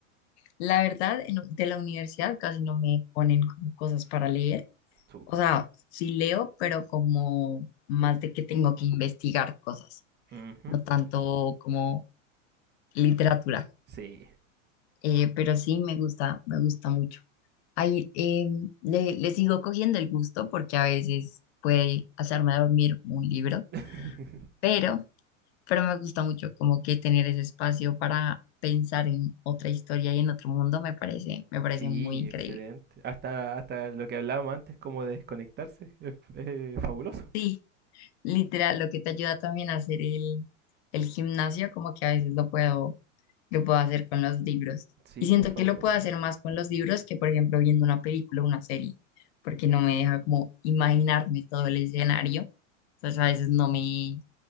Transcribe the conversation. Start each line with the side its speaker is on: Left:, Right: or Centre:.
Left: la verdad, en- de la universidad casi no me ponen como cosas para leer.
Right: Súper.
Left: O sea, sí leo, pero como más de que tengo que investigar cosas,
Right: Ujú,
Left: no tanto como literatura.
Right: Sí.
Left: Eh, pero sí me gusta, me gusta mucho. Ahí em, le, le sigo cogiendo el gusto porque a veces puede hacerme dormir un libro,
Right: <laughs>
Left: pero, pero me gusta mucho como que tener ese espacio para pensar en otra historia y en otro mundo me parece, me parece
Right: Sí,
Left: muy increíble.
Right: excelente. Hasta, hasta lo que hablábamos antes, como de desconectarse, es, es fabuloso.
Left: Sí, literal, lo que te ayuda también a hacer el, el gimnasio, como que a veces lo puedo que puedo hacer con los libros.
Right: Sí,
Left: Y siento
Right: es fabuloso.
Left: que lo puedo hacer más con los libros que, por ejemplo, viendo una película o una serie, porque no me deja como imaginarme todo el escenario. Entonces a veces no me,